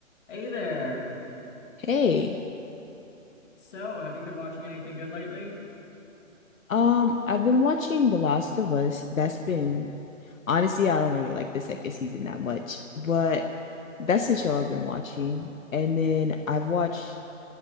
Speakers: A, on the left (about 40°); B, on the left (about 80°).
A: Hey there.
B: Hey,
A: So, have you been watching anything good lately?
B: um, I've been watching The Last of Us. That's been honestly, I don't really like the second season that much, but that's the show I've been watching. And then I've watched